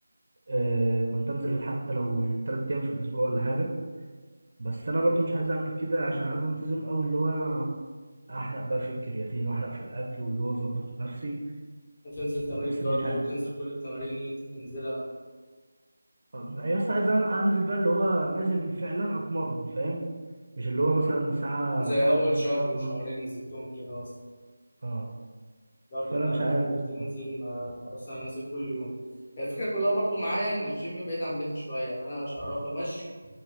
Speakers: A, on the right; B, on the left.
A: آه كنت انزل حتى لو تلات ايام في الاسبوع ولا حاجه بس انا برضو مش عايز اعمل كده عشان عايز انتظم قوي اللي هو انا احرق بقى في الكرياتين واحرق في الاكل واللي هو اظبط نفسي
B: وتنزل تمارين
A: بس
B: كارديو
A: مش عارف
B: وتنزل كل التمارين اللي انت بتنزلها
A: آه، يا اسطى عايز أن- انزل بقى اللي هو نازل فعلا اتمرن فاهم مش اللي هو مثلا ساعة
B: زي
A: أخلص
B: اول
A: اللي
B: شهر
A: أنا اتمرنت
B: وشهرين نزلتهم كده مثلا
A: اه
B: لو
A: فأنا
B: كنا
A: مش عارف بصراحة
B: بتنزل ما خلاص انا نازل كل يوم يعني الفكره كلها برضو معايا ان الجيم بعيد عن بيتي شويه يعني انا عشان اروح له مشي